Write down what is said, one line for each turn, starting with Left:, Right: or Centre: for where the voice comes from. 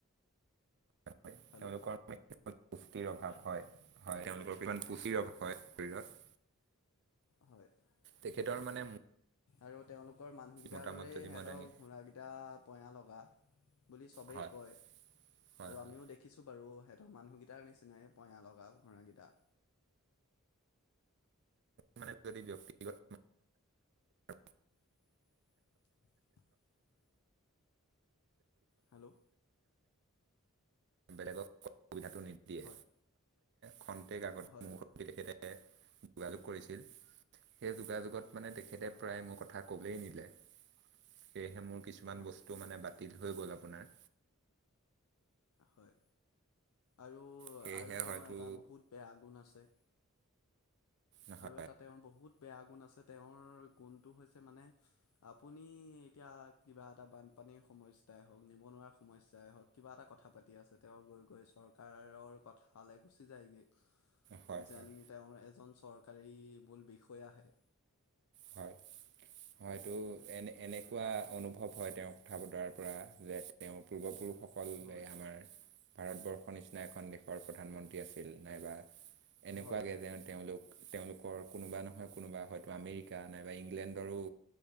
Right: হয়
Left: হেল্ল'
Right: তেওঁলোকৰ পুষ্টিৰ অভাৱ হয় হয় তেওঁলোকৰ ইমান পুচিৰ ৰ হয় শৰীৰত
Left: হয়
Right: তেখেতৰ
Left: হয়
Right: মানে
Left: আৰু তেওঁলোকৰ মানুহকেইটাৰ
Right: মতামত
Left: দৰেই
Right: যদি
Left: সিহঁতক
Right: মই দাঙি
Left: ঘোঁৰাকিটা পয়া লগা। বুলি চবেই
Right: হয়
Left: কয়,
Right: হয়
Left: আৰু
Right: হয়
Left: আমিও দেখিছো বাৰু সেহঁতৰ মানুহ গী। টাৰ নিচিনাই পয়া লগা ঘোঁৰোকেইটা।
Right: মানে যদি ব্যাক্তিগত <inaudible>
Left: <inaudible> হেল্ল'
Right: বেলেগক সুবিধাটো নিদিয়ে
Left: হয়
Right: খন্তেক আগত
Left: হয়
Right: ম
Left: হয়
Right: তেখেতে যোগাযোগ কৰিছিল সেই যোগাযোগত মানে তেখেতে
Left: হয়
Right: প্ৰায় মোৰ কথা। কবেই সিহঁতে। সেয়েহে মোৰ কিছুমান
Left: হয়
Right: বস্তু মানে বাতিল হৈ গ'ল আপোনাৰ
Left: হয়, আৰু
Right: সেয়েহে
Left: আৰু তেওঁৰ
Right: হয়তো
Left: এটা বহুত বেয়া গুণ আছে।
Right: নহয়
Left: আৰু এটা তেওঁৰ বহুত বেয়া গুণ আছে তেওঁৰ গুণটো হৈছে মানে আপুনি এতিয়া কিবা এটা বানপানীৰ সমস্যাই হওক নিবনুৱা সমস্যাই হওক কিবা এটা কথা পাতি আছে তেওঁ গৈ চৰকাৰৰ কথালৈ গুচি যায় গে।
Right: হয়
Left: যেন
Right: হয়
Left: তেওঁৰ এজন চৰকাৰী মূল বিষয়া হে।
Right: হয়
Left: <inaudible>
Right: হয়তো এনে এনেকুৱা অনুভৱ হয় তেওঁ কথা বতৰাৰ পৰা যে তেওঁৰ পূৰ্বপুৰুষ সকলে
Left: হয়
Right: আমাৰ ভাৰতবৰ্ষৰ নিচিনা এখন দেশৰ প্ৰধানমন্ত্ৰী আছিল নাইবা এনেকুৱাকে
Left: হয় হয়
Right: যে তেওঁলোক তেওঁলোকৰ কোনোবা নহয় কোনোবা হয়তো আমেৰিক- কা নাইবা ইংলেণ্ডৰো